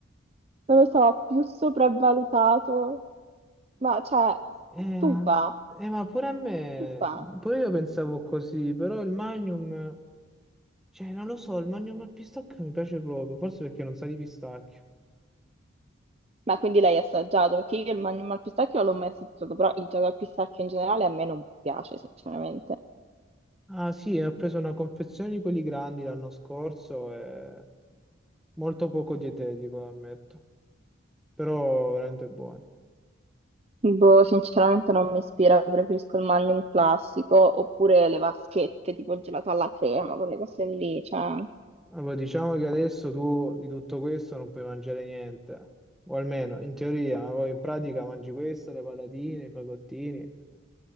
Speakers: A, on the right; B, in the centre.
A: non lo so, più sopravvalutato Ma cioè,
B: Eh,
A: stufa,
B: eh, ma pure a me,
A: stufa.
B: pure io pensavo così, però il Magnum, cioè non lo so, il Magnum al pistacchio mi piace proprio, forse perché non sa di pistacchio.
A: Ma quindi l'hai assaggiato? Perché io il Magnum al pistacchio non l'ho mai assaggiato, però il gelato al pistacchio in generale a me non piace, sinceramente.
B: Ah sì, ho preso una confezione di quelli grandi l'anno scorso e molto poco dietetico, ammetto. però veramente buoni.
A: Boh, sinceramente non mi ispira, preferisco il Magnum classico, oppure le vaschette, tipo il gelato alla crema, quelle cose lì, cioè...
B: Allora, diciamo che adesso tu di tutto questo non puoi mangiare niente, o almeno in teoria, ma poi in pratica mangi questo, le patatine, i fagottini.